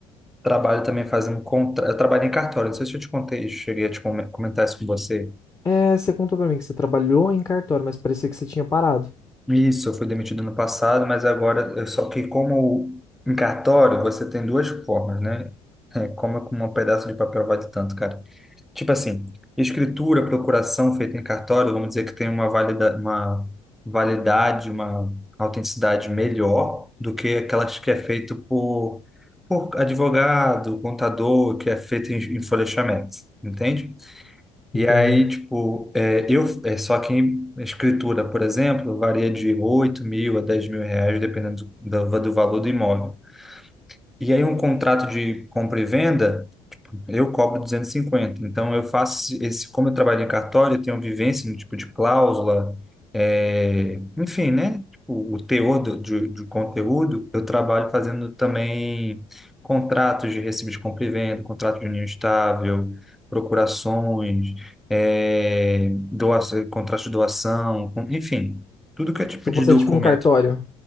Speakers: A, in the centre; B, on the left.
A: Trabalho também fazendo contra... Eu trabalho em cartório, não sei se eu te contei, cheguei a te come- comentar isso com você.
B: É, você contou pra mim que você trabalhou em cartório, mas parecia que você tinha parado.
A: Isso, eu fui demitido no passado, mas agora, eu- só que como em cartório, você tem duas formas, né? É, como com um pedaço de papel vale tanto, cara. Tipo assim, escritura, procuração feita em cartório, vamos dizer que tem uma valida, uma validade, uma autenticidade melhor do que aquelas que é feito por, por advogado, contador, que é feito em, em folheamento, entende?
B: Entenda.
A: E aí, tipo, é, eu, é só que em escritura, por exemplo, varia de 8 mil a 10 mil reais, dependendo do, do do valor do imóvel. E aí, um contrato de compra e venda. Eu cobro 250. Então, eu faço esse, como eu trabalho em cartório, eu tenho vivência no tipo de cláusula, é, enfim, né? Tipo, o teor do, de, de conteúdo, eu trabalho fazendo também contratos de recibo de compra e venda, contrato de união estável, procurações, é, doação, contrato de doação, com- enfim, tudo que é tipo
B: Então
A: de
B: você
A: documento
B: é tipo um cartório.